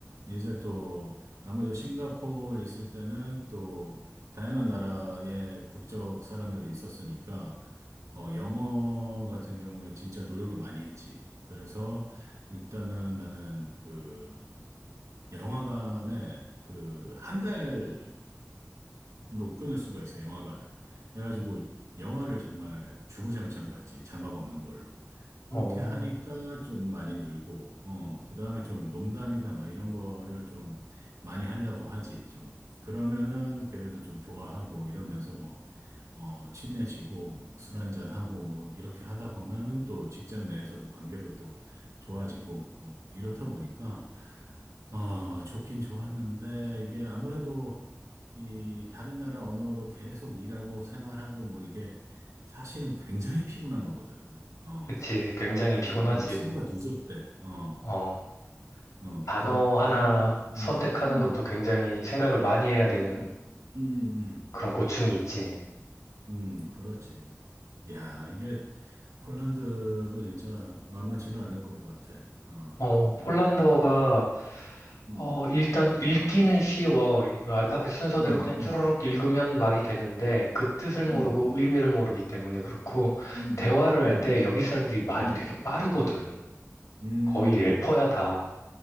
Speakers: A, on the right; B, on the left.
A: 이제 또 아무래도 싱가포르 있을 때는 또 다양한 나라의 국적 사람들이 있었으니까 어, 영어 같은 경우에 진짜 노력을 많이 했지. 그래서 일단은 나는 그 영화관에 그한달 로 끊을 수가 있어요, 영화관을. 그래가지고 영화를 정말 주구장창 봤지, 자막 없는 걸로.
B: 어,
A: 그렇게 하니까 좀 많이 늘고, 어, 그 다음에 좀 농담이나 막 이런 거를 좀 많이 하려고 하지, 좀. 그러면은 걔들도 좀 좋아하고 이러면서 뭐, 어, 친해지고 뭐 술 한잔하고 뭐 이렇게 하다 보면은 또 직장 내에서도 관계도 또 좋아지고 뭐 이렇다 보니까 아, 좋긴 좋았는데, 이게 아무래도 이 다른 나라 언어로 계속 일하고 생활하고 뭐 이게 사실은 굉장히 피곤한 거거든. 어.
B: 그치. 굉장히
A: 그래서
B: 피곤하지.
A: 어, 치료가 늦었대. 어.
B: 어,
A: 어,
B: 단어
A: 그렇 그
B: 하나
A: 음,
B: 선택하는
A: 음,
B: 것도 굉장히 생각을 많이 해야 되는
A: 음, 음, 음,
B: 그런 고충이 있지.
A: 음, 그렇지. 야, 이게 폴란드도 진짜 만만치가 않을 것 같아. 어.
B: 어,
A: 난
B: 폴란드어가,
A: 음, 음,
B: 어, 일단 읽기는 쉬워. 이 알파벳 순서대로
A: 음,
B: 그냥 쭈르륵 읽으면 말이 되는데, 그 뜻을 모르고
A: 음,
B: 의미를 모르기 때문에 그렇고,
A: 음, 음,
B: 대화를 할
A: 음,
B: 때 여기 사람들이 말이
A: 음,
B: 되게 빠르거든.
A: 음,
B: 거의 래퍼야, 다.